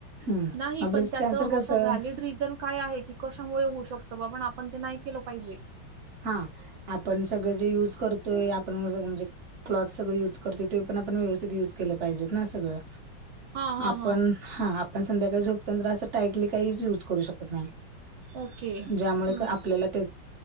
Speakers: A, on the right (about 40°); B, on the right (about 75°).
A: हम्म
B: नाही
A: ब्रेस्ट
B: पण त्याच
A: कॅन्सर
B: अस
A: कसं
B: व्हॅलीड रिजन काय आहे की, कशामुळे होऊ शकतं बाबा अन् आपण ते नाही केलं पाहिजे.
A: हां आपण सगळं जे युज करतोय. आपण म्हणजे क्लॉथ सगळं युज करतोय, ते पण आपण व्यवस्थित युज केलं पाहिजेत ना सगळं.
B: हा हा
A: आपण
B: हा
A: हां आपण संध्याकाळी झोपताना तर असं टाईटली काहीच युज करू शकत नाही.
B: ओके
A: ज्यामुळे
B: हम्म.
A: आपल्याला ते